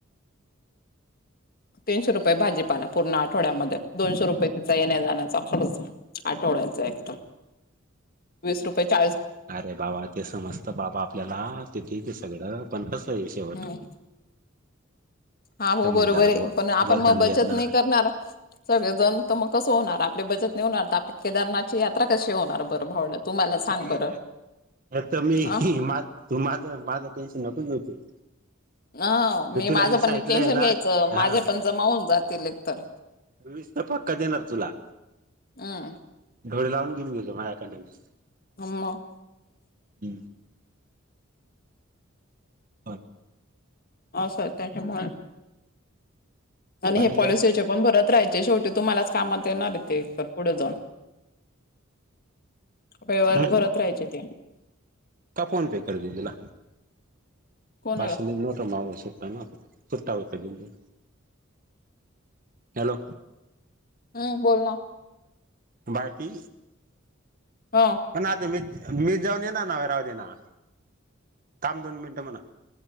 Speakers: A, on the left; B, on the right.
A: तीनशे रुपये भाजीपाला पूर्ण आठवड्यामध्ये दोनशे रुपये तिचा येण्या-जाण्याचा खर्च आठवड्याचा एकदम. वीस रुपयाच्या
B: अरे बाबा, ते समजत बाबा आपल्याला ते ठीक आहे सगळं पण कस आहे शेवट
A: हम्. हा हो
B: तर मग
A: बरोबर
B: झाला
A: आहे.
B: बोल
A: पण आपण
B: बोलताना
A: मग बचत
B: येत ना
A: नाही करणार. सगळेजण तर मग कसं होणार. आपली बचत नाहीे होणार. तर आपली केदारनाथची यात्रा कशी होणार बरं भावड्या. तू मला सांग
B: नाही.
A: बरं
B: तर मी
A: अ
B: माझ तू माझं माझं टेन्शन नको घेऊ तू.
A: अ मी
B: तुला
A: माझं
B: सांगितलंय
A: पण टेन्शन
B: ना
A: घ्यायचं. माझे
B: हा
A: पण जमावून जातील एकतर
B: मी नुसत पक्का देणार तुला.
A: हं.
B: डोळे लावून घेऊन गेलो. माझ्याकडंन वीस
A: हा म.
B: ह. बर.
A: अस त्याच्यामुळे, आणि
B: बाकी
A: हे पॉलिसीचे
B: काय
A: पण भरत राहायचे. शेवटी तुम्हालाच कामात येणार आहेत ते तर पुढ जाऊन. वही वर
B: हम्म
A: भरत राहायचे ते,
B: का फोन पे कर दिदिला.
A: कोणाला
B: पाचशे नि नोटा मागु सोप ना. सुट्टा होतय म्हणून. हॅलो,
A: हम्म. बोल ना?
B: बाकी
A: हा.
B: पण ना आता मी मीच जाऊन येणार ना राहुदे ना. थांब दोन मिनटं म्हणा.